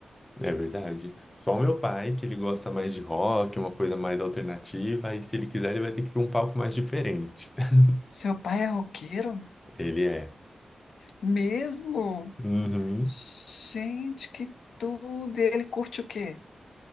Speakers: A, on the left; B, on the left.
A: É verdade. Só o meu pai, que ele gosta mais de rock, uma coisa mais alternativa, e se ele quiser, ele vai ter que ir para um palco mais diferente. <laughs>
B: Seu pai é roqueiro?
A: Ele é.
B: Mesmo?
A: Uhum.
B: Gente, que tudo! E ele curte o quê?